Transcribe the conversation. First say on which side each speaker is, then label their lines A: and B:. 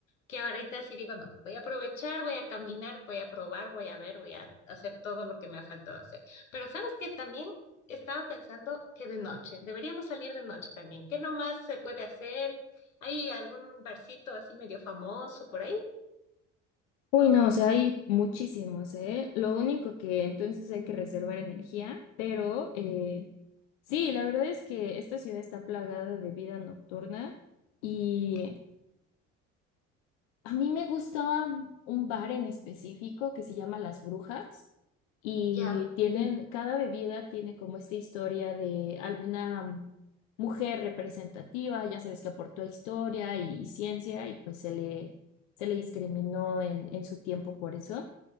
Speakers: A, on the left; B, on the left.
A: que ahorita sí digo, no, voy a aprovechar, voy a caminar, voy a probar, voy a ver, voy a hacer todo lo que me ha faltado hacer. Pero sabes que también estaba pensando que de noche, deberíamos salir de noche también. ¿Qué nomás se puede hacer? ¿Hay algún barcito así medio famoso por ahí?
B: Uy, no, o sea, hay muchísimos, ¿eh? Lo único que entonces hay que reservar energía, pero eh, sí, la verdad es que esta ciudad está plagada de vida nocturna y a mí me gustaba un bar en específico que se llama Las Brujas y
A: Ya.
B: Sí. tienen, cada bebida tiene como esta historia de alguna mujer representativa, ya sabes que aportó historia y, ciencia y pues se le, se le discriminó en en su tiempo por eso.